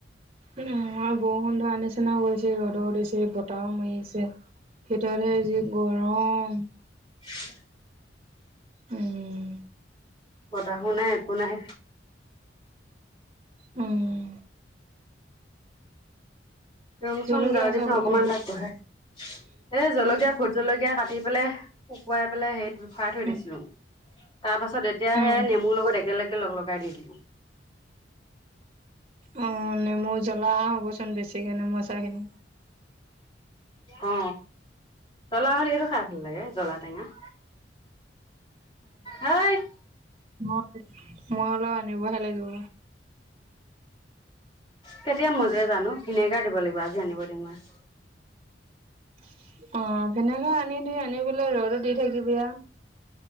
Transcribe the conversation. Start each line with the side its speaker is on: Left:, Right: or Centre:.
Right: উম, বৰষুণ ধৰা নিচিনাও কৰিছে ৰ'দ দিছে বতাহও মাৰি আছে। জি গৰম
Left: হয়।
Right: উম
Left: বতাহো নাই একো নাই।
Right: উম,
Left: ৰুম চুম
Right: জলকীয়া
Left: ঝাৰু
Right: আচাৰ
Left: দিছো
Right: বনোৱা
Left: অকনমান
Right: নাই?
Left: তাক বহাই এ জলকীয়া ভুট জলকীয়া কাটি পেলাই শুকুৱাই পেলাই সেই হেৰিত ভৰাই থৈ
Right: উম
Left: দিছিলো। তাৰ পাছত এতিয়া
Right: উম
Left: সেই নেমুৰ লগত একেলগে লগ - লগাই দিছো।
Right: অ, নেমু জ্বলা হ'ব চোন বেছিকে নেমু আচাৰ খিনি।
Left: অ, জ্বলা হেৰি সেইটো খাই ভাল লাগে জলা টেঙা হই।
Right: মই - মই অলপ আনিবহে লাগিব।
Left: কেতিয়া মজে জানো। ভিনেগাৰ দিব লাগিব আজি আনিব লাগিব। <unintelligible>
Right: অ, ভেনেগাৰ আনি দি আনি পেল ৰ'দত দি থাকিবি আ